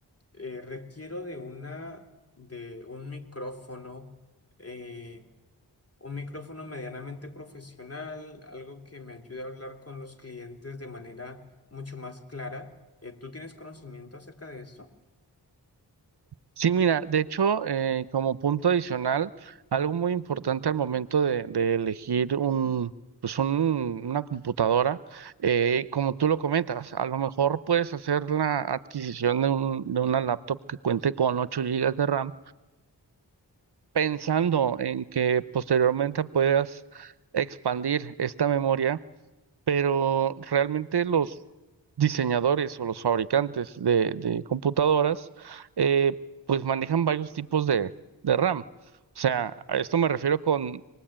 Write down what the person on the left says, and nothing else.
eh, requiero de una, de un micrófono eh, un micrófono medianamente profesional, algo que me ayude a hablar con los clientes de manera mucho más clara. Eh, ¿tú tienes conocimiento acerca de esto?